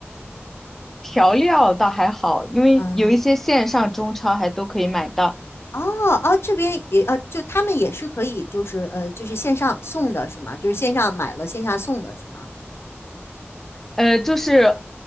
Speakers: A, in the centre; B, on the left.
A: 调料倒还好，因为有一些线上中超还都可以买到。
B: 嗯，哦哦，这边也呃，就他们也是可以就是呃就是线上送的是吗？就是线上买了线下送的是吗？
A: 呃，就是